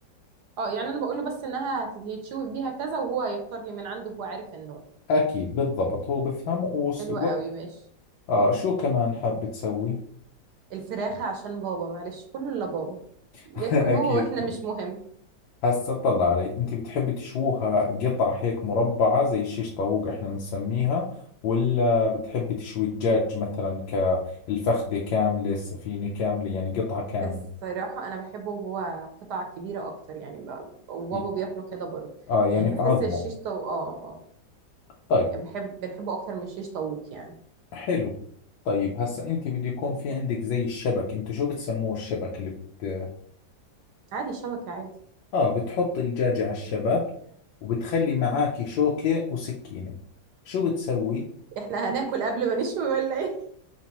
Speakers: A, on the right; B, on the left.
A: اه يعني انا بقول له بس انها هت- هيتشوي بيها كذا وهو هيختار لي من عنده هو عارف النوع
B: اكيد بالضبط هو بفهم ووقت
A: حلو قوي ماشي
B: اه شو كمان حاب تسوي
A: الفراخة عشان بابا معلش كله الا بابا
B: <laughs>
A: ياكل هو
B: اكيد
A: واحنا مش مهم
B: هسه اطلع علي انت بتحبي تشووها قطع هيك مربعة زي شيش طاووق احنا بنسميها ولا بتحبي تشوي الدجاج مثلا كالفخدة كاملة السفينة كاملة يعني قطعة كاملة
A: الصراحة أنا بحبه وهو قطع كبيرة أكتر يعني ب... وبابا
B: ي-
A: بياكله كده برضه
B: اه يعني
A: يعني بحس
B: في عظمه
A: الشيش طو... آه آه
B: طيب
A: يعني بحب بنحبه أكتر من الشيش طاووق يعني
B: حلو طيب هسه انت بده يكون في عندك زي الشبك انتو شو بتسموه الشبك اللي بت
A: عادي شبكة عادي
B: اه بتحط الدجاجة على الشبك وبتخلي معاكي شوكة وسكينة شو بتسوي
A: <laughs> إحنا هناكل قبل ما نشوي ولا إيه